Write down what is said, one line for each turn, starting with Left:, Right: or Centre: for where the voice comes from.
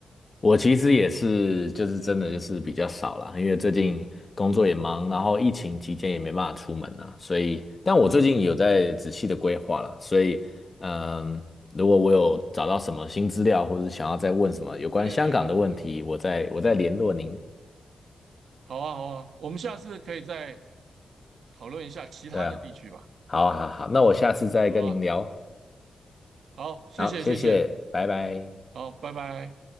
Left: 我其实也是，就是真的就是比较少啦，因为最近工作也忙，然后疫情期间也没办法出门啊，所以，但我最近有在仔细的规划啦，所以，嗯，如果我有找到什么新资料，或是想要再问什么有关香港的问题，
Right: 对对对对，
Left: 我再我再联络您。
Right: 好啊好啊，我们下次可以再讨论一下其他的地区吧。
Left: 对啊，好啊，好啊好好啊那我下次再跟您聊。
Right: 好啊，好，谢谢谢谢，
Left: 好，谢谢，拜拜。
Right: 好，拜拜。